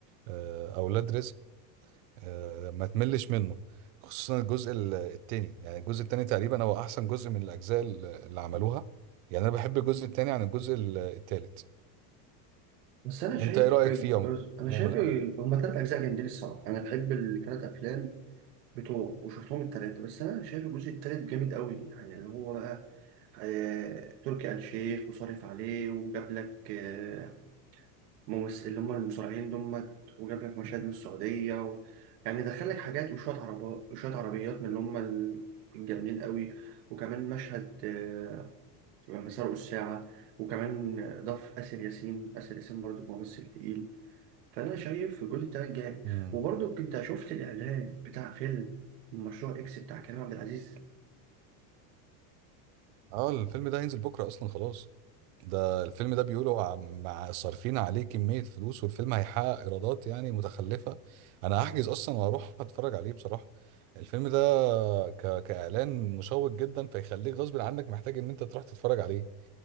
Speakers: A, on the right (about 60°); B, on the right (about 75°).
A: آه اولاد رزق آه ما تملش منه خصوصا الجزء ال- التاني يعني الجزء التاني تقريبا هو احسن جزء من الاجزاء اللي اللي عملوها يعني انا بحب الجزء التاني عن الجزء ال- التالت
B: بس أنا شايف
A: انت ايه رأيك
B: الجزء-
A: فيه
B: أنا
A: عموما
B: شايف ال- هما تلات أجزاء جامدين الصراحة أنا بحب التلات أفلام بتوعه وشفتهم التلاتة بس أنا شايف الجزء التالت جامد أوي يعني اللي هو بقى آه، تركي آل الشيخ مصرف عليه وجاب لك آه، ممس... اللي هم المصارعين دمت وجاب لك مشاهد من السعودية و... يعني دخل لك حاجات وشوية عربات وشوية عربيات من اللي هم ال- الجامدين قوي وكمان مشهد آه، لما سرقوا الساعة وكمان ضاف آسر ياسين آسر ياسين برضو ممثل تقيل فأنا شايف الجزء ده جامد
A: امم
B: وبرضو كنت شفت الإعلان بتاع فيلم مشروع إكس بتاع كريم عبد العزيز
A: اه الفيلم ده هينزل بكرة اصلا خلاص ده الفيلم ده بيقولوا عم- مع صارفين عليه كمية فلوس والفيلم هيحقق ايرادات يعني متخلفة انا هحجز اصلا وهروح اتفرج عليه بصراحة الفيلم ده ك... كإعلان مشوق جدا فيخليك غصب عنك محتاج ان انت تروح تتفرج عليه